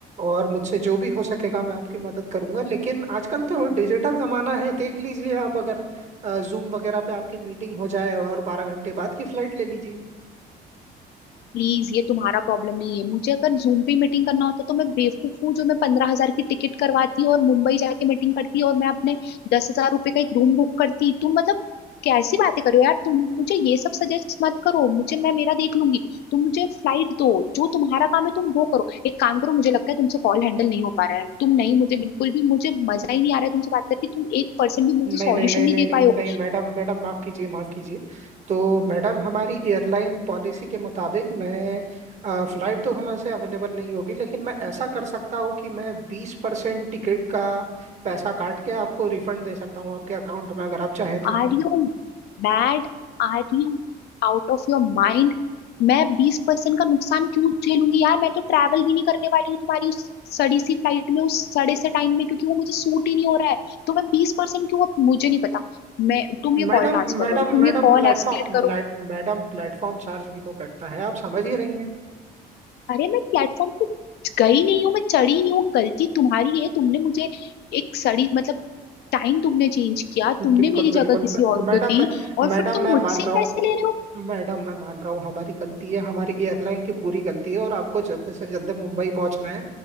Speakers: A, on the right (about 45°); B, on the left (about 75°).
A: और मुझसे जो भी हो सकेगा मैं आपकी मदद करूंगा लेकिन आजकल तो डिजिटल जमाना है देख लीजिए आप अगर जूम वगैरह पे आपकी मीटिंग हो जाए और बारह घंटे बाद की फ्लाइट ले लीजिए
B: प्लीज ये तुम्हारा प्रॉब्लम नहीं है मुझे अगर जूम पे मीटिंग करना होता तो मैं बेवकूफ हूँ जो मैं पंद्रह हजार की टिकट करवाती और मुंबई जाके मीटिंग करती और मैं अपने दस हजार रुपए का एक रूम बुक करती तुम मतलब कैसी बातें कर रहे हो यार तुम मुझे ये सब सजेस्ट मत करो मुझे मैं मेरा देख लूंगी तुम मुझे फ्लाइट दो जो तुम्हारा काम है तुम वो करो एक काम करो मुझे लगता है तुमसे कॉल हैंडल नहीं हो पा रहा है तुम नहीं मुझे बिल्कुल भी मुझे मजा ही नहीं आ रहा है तुमसे बात करके तुम एक परसेंट भी मुझे
A: नहीं
B: सॉल्यूशन
A: नहीं नहीं
B: नहीं
A: नहीं
B: दे
A: नहीं
B: पाए
A: नहीं
B: हो
A: मैडम मैडम माफ़ कीजिए माफ़ कीजिए तो मैडम हमारी एयरलाइन पॉलिसी के मुताबिक मैं फ़्लाइट तो हमसे अवेलेबल नहीं होगी लेकिन मैं ऐसा कर सकता हूँ कि मैं बीस परसेंट टिकट का पैसा काट के आपको रिफंड दे सकता हूँ आपके अकाउंट में अगर आप चाहें तो
B: Are you mad Are you out of your mind मैं बीस परसेंट का नुकसान क्यों झेलूंगी यार मैं तो ट्रैवल भी नहीं करने वाली हूँ तुम्हारी उस सड़ी सी फ्लाइट में उस सड़े से टाइम में क्योंकि वो मुझे सूट ही नहीं हो रहा है तो मैं बीस परसेंट क्यों मुझे नहीं पता मैं तुम ये
A: Madam
B: कॉल ट्रांसफर
A: madam
B: करो तुम
A: madam
B: ये कॉल
A: platform
B: एस्केलेट करो
A: madam platform charge भी तो कटता है आप समझ ही रही हैं
B: अरे मैं प्लेटफॉर्म पे गई नहीं हूँ मैं चढ़ी नहीं हूँ गलती तुम्हारी है तुमने मुझे एक सड़ी मतलब टाइम तुमने चेंज किया
A: बिल्कुल
B: तुमने मेरी
A: बिल्कुल
B: जगह किसी
A: ब-
B: और
A: मैडम
B: को दी
A: मैं
B: और
A: मैडम
B: फिर तुम
A: मैं
B: मुझसे
A: मान रहा हूँ
B: पैसे ले रहे हो
A: मैडम मैं मान रहा हूँ हमारी गलती है हमारी एयरलाइन की पूरी गलती है और आपको जल्द से जल्द मुंबई पहुंचना है